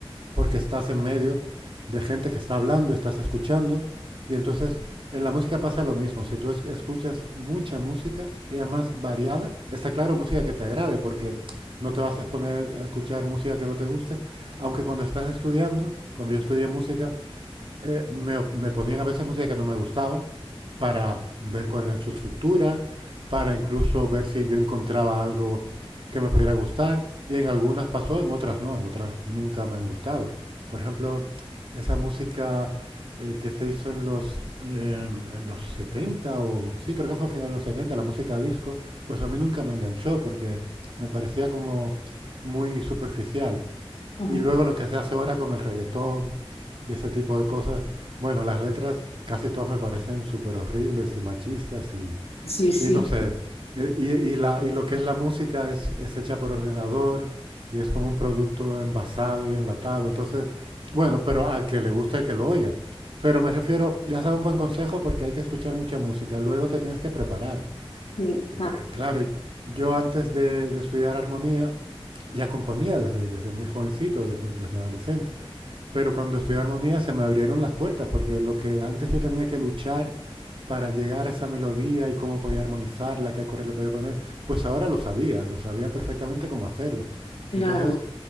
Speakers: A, on the right; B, on the left.
A: porque estás en medio de gente que está hablando, estás escuchando. Y entonces en la música pasa lo mismo. Si tú es- escuchas mucha música y además variada, está claro música que te agrade porque no te vas a exponer a escuchar música que no te guste. Aunque cuando estás estudiando, cuando yo estudié música, eh, me, me ponían a veces música que no me gustaba para ver cuál era su estructura, para incluso ver si yo encontraba algo que me pudiera gustar. Y en algunas pasó, en otras no, en otras nunca me han gustado. Por ejemplo, esa música eh, que se hizo en los, eh, en los 70 o sí, creo que fue a finales de los 70 la música disco, pues a mí nunca me enganchó porque me parecía como muy superficial.
B: Ujú.
A: Y luego lo que se hace ahora con el reggaetón y ese tipo de cosas, bueno, las letras casi todas me parecen súper horribles y machistas y,
B: Sí, sí,
A: y no sé, eh, y, y la, y lo que es la música es, es hecha por ordenador y es como un producto envasado y enlatado, entonces, bueno, pero al que le guste que lo oiga. Pero me refiero, le has dado un buen consejo porque hay que escuchar mucha música, luego te tienes que preparar.
B: sí,
A: Eh,
B: ah,
A: claro, yo antes de, de estudiar armonía ya componía desde, desde muy jovencito, desde adolescente. Pero cuando estudié armonía se me abrieron las puertas, porque lo que antes yo tenía que luchar para llegar a esa melodía y cómo podía armonizarla, qué acorde le podía poner, pues ahora lo sabía, lo sabía perfectamente cómo hacerlo.
B: claro.
A: Entonces,